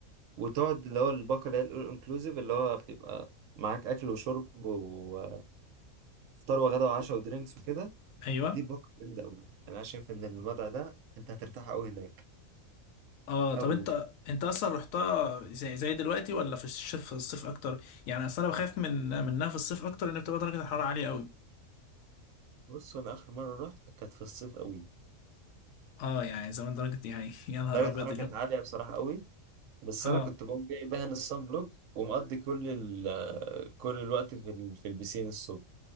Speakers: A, on the right; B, on the left.
A: وتقعد اللي هو الباقه اللي هي الانكلوزيف اللي هو بيبقى معاك اكل وشرب و... فطار وغدا وعشاء ودرينكس وكده
B: ايوه
A: دي بوك جامدة أوي يعني أنا شايف إن المدعى ده أنت هترتاح أوي هناك
B: اه طب
A: أوي
B: انت انت اصلا رحتها زي زي دلوقتي ولا في الشتاء في الصيف اكتر يعني اصل انا بخاف من منها في الصيف اكتر ان بتبقى درجه الحراره عاليه قوي
A: بص أنا آخر مرة رحت كانت في الصيف أوي
B: اه يعني زمان درجه يعني <laughs> يا نهار
A: درجة
B: ابيض
A: حرارة
B: اليوم
A: كانت عالية بصراحة أوي بس
B: اه
A: أنا كنت بقوم جاي دهن الصن بلوك ومقضي كل ال آه، كل الوقت في ال في البسين الصبح